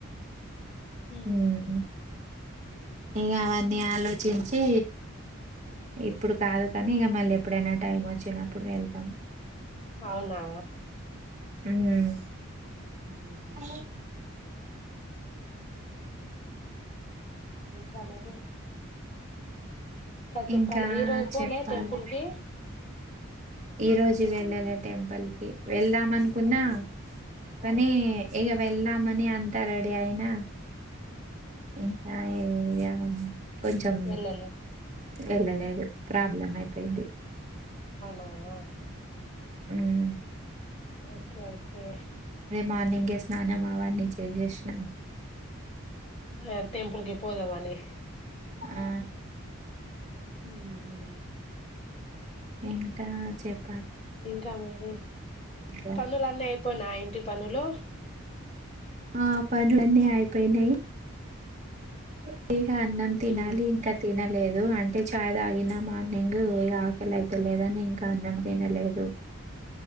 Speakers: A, on the left; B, on the right.
A: ఉమ్మ్.
B: ఉమ్ ఇగ అవన్నీ ఆలోచించి ఇప్పుడు కాదు కానీ ఇంక మళ్ళీ ఎప్పుడైనా టైం వచ్చినప్పుడు వెళ్తాము.
A: అవునా.
B: ఉమ్
A: ఊహు
B: అ
A: ఇంకా మరి. చెప్పాలి
B: ఇంకా
A: ఈ రోజు పోలే
B: చెప్పాలి.
A: టెంపుల్ కి
B: ఈ రోజు వెళ్ళాలే టెంపుల్ కి వెళ్దాం అనుకున్నా. కానీ
A: ఆ
B: ఏయల్. వెళ్దామని అంతారెడి అయినా. ఇకా ఏ కొంచెం
A: వెళ్ళలే
B: వెళ్ళలేదు ప్రాబ్లం అయిపోయింది
A: అవునా
B: మ్మ్
A: ఓకే ఓకే కే
B: మార్నింగే ఏ స్నానంమావాని ని జేసేసినా
A: ఆ టెంపుల్కి పోదమానేసి
B: ఆ
A: మ్మ్
B: ఇంకా చెప్
A: ఇంకా మరసి
B: ఇంట్లో
A: పనులు అన్నీ నయ ఇంటి పనులు
B: ఆ పనులన్నీ అయిపోయినాయి <inaudible> ఇగా అన్నం తినాలి
A: ఉమ్.
B: ఇంకా తినాలి లేదు అంటే ఛాయ్ తాగినా మార్నింగ్ ఇగా ఆకలి అయితేలేదని ఇంకా అన్నం తినలేదు.